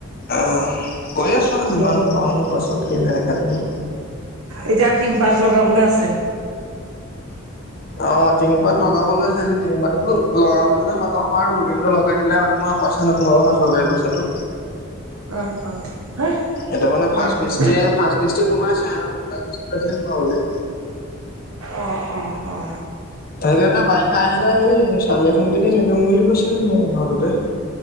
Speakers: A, on the left; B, on the right.
A: আহ, কৰি আছো আৰু যিমান
B: বহল
A: পাওঁ পাছত কি হয় দেখা যাব।
B: এতিয়া টিং পাত লগাবলৈ আছে
A: অ, টিং পাত লগাব লৈছে যে টিং পাতো লগাও বুলিলে লগাব পাৰো, কিন্তু লগাই দিলে আকৌ তোমাৰ পইচা নোসোমাব নহয় চৰকাৰী পইচাটো
B: অ, অ। হা
A: এটা মানে ফাৰ্ষ্ট
B: অ',
A: কৃষ্টিৰ
B: অ',
A: এ ফাষ্ট কৃষ্টি সোমাইছে দুটা কৃষ্টি আছে সোমাবলে।
B: অ, অ, অ।
A: তাকে এটা বাৰিষা আহিলে সেই চালি এখনকে দি থাকিম বুলি কৈছিলো সেই ঘৰটোতে।